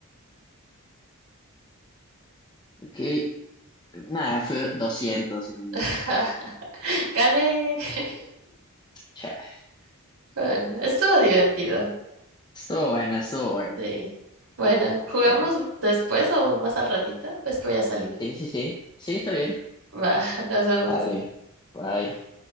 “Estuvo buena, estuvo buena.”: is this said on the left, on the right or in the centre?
Left